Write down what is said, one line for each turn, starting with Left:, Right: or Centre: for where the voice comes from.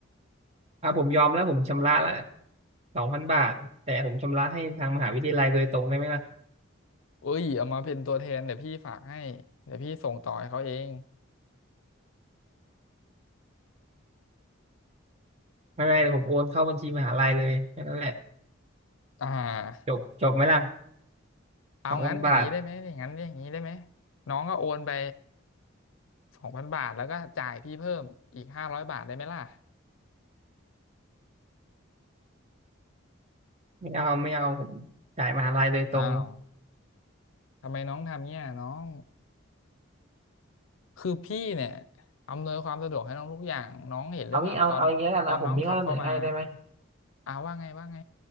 Right: อ่ะผมยอมแล้วผมชำระละสองพันบาทแต่ผมชำระให้ทางมหาวิทยาลัยโดยตรงได้ไหมล่ะ
Left: เอ้ยเอามาเป็นตัวแทนเดี๋ยวพี่ฝากให้เดี๋ยวพี่ส่งต่อให้เขาเอง
Right: ไม่ไม่เดี๋ยวผมโอนเข้าบัญชีมหาลัยเลยแค่นั้นแหละ
Left: อ่า
Right: จบจบไหมล่ะ
Left: เอางั้นอย่างนี้ได้ไหมอย่างนั้นอย่างนี้ได้ไหม
Right: สองพันบาท
Left: น้องก็โอนไปสองพันบาทแล้วก็จ่ายพี่เพิ่มอีกห้าร้อยบาทได้ไหมล่ะ
Right: ไม่เอาไม่เอาผมจ่ายมหาลัยโดยตรง
Left: อ้าว ทำไมน้องทำเนี่ยน้องคือพี่เนี่ยอำนวยความสะดวกให้น้องทุกอย่างน้องเห็นหรือเปล่าตอนตอนน้องขับเข้ามา
Right: เอางี้เอาเอาอย่างเงี้ยกันนะผมมีข้อเสนอให้ได้ไหม
Left: อ่าว่าไงว่าไง